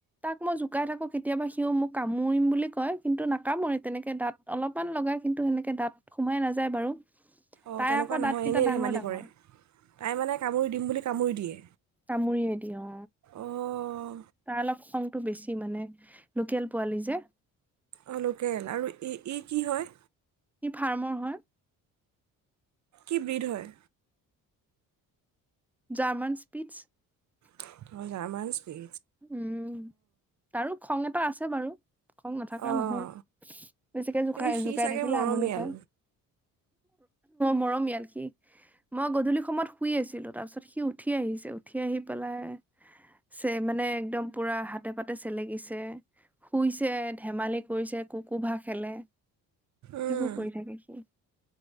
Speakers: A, in the centre; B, on the right (about 50°).
A: তাক মই জোকাই থাকো কেতিয়াবা সিও মোক কামুৰিম বুলি কয়, কিন্তু নাকামোৰে তেনেকে দাঁত অলপমান লগায় কিন্তু সেনেকে দাঁত সোমাই নাযায় বাৰু
B: অঁ
A: তাই
B: তেনেকুৱা
A: আকৌ
B: নহয়
A: দাঁতকেইটা
B: এনেই
A: ডাঙৰ
B: ধেমালি
A: ডাঙৰ
B: কৰে। তাই মানে কামুৰি দিম বুলি কামুৰি দিয়ে।
A: কামোৰি নিদিয়ে অ।
B: অঁ
A: তাৰ লক্ষণ বেছি মানে লোকেল পোৱালি যে,
B: অ লোকেল আৰু ই কি হয়?
A: কি ফাৰ্মৰ হয়?
B: কি বৃধ হয়?
A: German Spitz.
B: অ জাৰ্মানছ ভি
A: উম! তাৰো খং এটা আছে বাৰু। খং নথকা
B: অঁ
A: নহয়। বেছিকে জোকাই
B: কিন্তু সি
A: জোকাই
B: চাগে
A: থাকিলে
B: মৰমীয়াল
A: আমনি পায়। মৰমীয়াল সি। মই গধূলি সময়ত শুই আছিলোঁ তাৰপিছত সি উঠি আহিছে উঠি আহি পেলাই, চেপ মানে একদম পুৰা হাতে-পাতে চেলেকিছে শুইছে ধেমালি কৰিছে কুকু ভা খেলে।
B: উম,
A: সেইবোৰ কৰি থাকে সি।